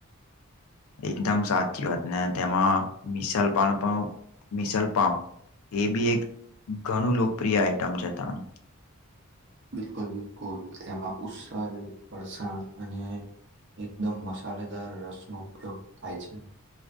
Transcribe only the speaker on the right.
બિલકુલ બિલકુલ તેમાં ઉસલ ફરસાણ અને એકદમ મસાલેદાર રસનો ઉપયોગ થાય છે.